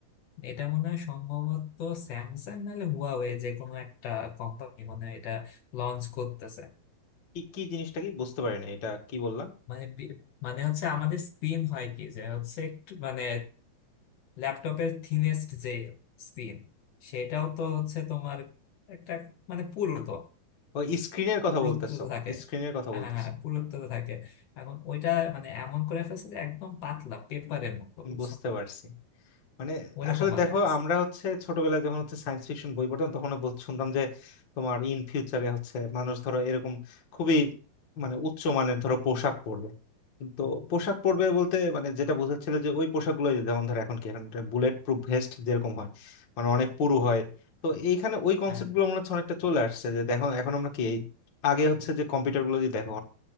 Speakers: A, on the left; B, on the left.
A: এটা মনে হয় সম্ভবত স্যামসাং নাহলে হুয়াওয়ে যে কোনো একটা কোম্পানি মনে হয় এটা লঞ্চ করতেছে
B: কি কি জিনিসটা কি বুঝতে পারি না এটা কি বললাম
A: মানে বি- মানে হচ্ছে আমাদের স্ক্রিন হয় কি যে হচ্ছে একটু মানে ল্যাপটপের থিনেস্ট যে স্ক্রিন সেটাও তো হচ্ছে তোমার একটা মানে পুরুত্ব
B: ও স্ক্রিনের কথা
A: পুরুত্ব
B: বলতেছো
A: তো থাকে
B: স্ক্রিনের কথা
A: হ্যাঁ
B: বলতেছো
A: হ্যাঁ হ্যাঁ, পুরুত্ব তো থাকে এখন ওইটা মানে এমন করে ফেলছে যে একদম পাতলা পেপারের মতো বুঝছো
B: বুঝতে পারছি মানে
A: ওইরকম
B: আসলে
A: বানায়
B: দেখো
A: ফেলছে
B: আমরা হচ্ছে ছোটবেলায় যখন হচ্ছে সায়েন্স ফিকশন বই পড়তাম তখন বল- শুনতাম যে তোমার ইন ফিউচারে হচ্ছে মানুষ ধরো এরকম খুবই মানে উচ্চ মানের ধরো পোশাক পরবে তো পোশাক পরবে বলতে মানে যেটা বোঝাচ্ছিল যে ওই পোশাকগুলো যেমন ধরো এখন কি এখন বুলেট প্রুফ ভেস্ট যেরকম হয় মানে অনেক পুরু হয় তো এইখানে ওই কনসেপ্ট
A: হ্যাঁ
B: গুলো মনে হচ্ছে অনেকটা চলে আসছে যে দেখো এখন আমরা কি এই আগে হচ্ছে যে কম্পিউটার গুলো যদি দেখো